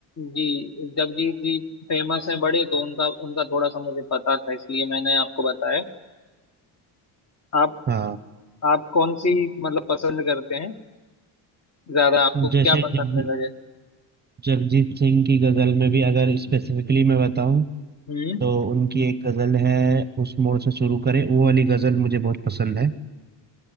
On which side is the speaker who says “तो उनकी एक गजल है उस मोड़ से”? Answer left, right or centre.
Right